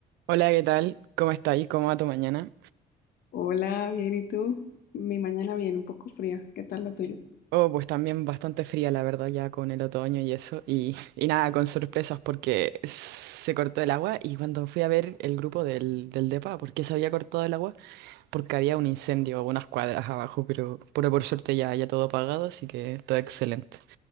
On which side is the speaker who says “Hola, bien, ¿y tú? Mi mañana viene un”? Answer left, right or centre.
Left